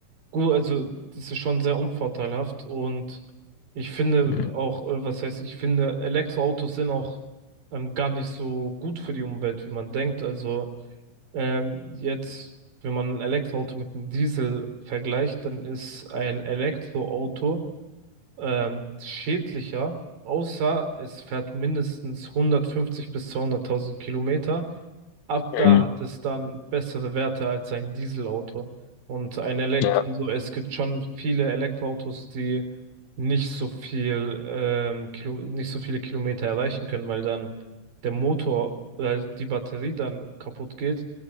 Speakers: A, on the right (about 45°); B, on the left (about 85°).
A: gut. Also das ist schon sehr unvorteilhaft und ich finde
B: Mhm.
A: auch, äh, was heißt, ich finde Elektroautos sind auch ähm, gar nicht so gut für die Umwelt, wie man denkt. Also ähm, jetzt, wenn man ein Elektroauto mit einem Diesel vergleicht, dann ist ein Elektroauto ähm, schädlicher, außer es fährt mindestens 150 bis 200.000 Kilometer. Ab
B: Mhm.
A: da hat es dann bessere Werte als ein Dieselauto. Und ein Elekt,
B: Ja,
A: also es gibt schon viele Elektroautos, die nicht so viel, ähm, Kilo, nicht so viele Kilometer erreichen können, weil dann der Motor oder die Batterie dann kaputt geht.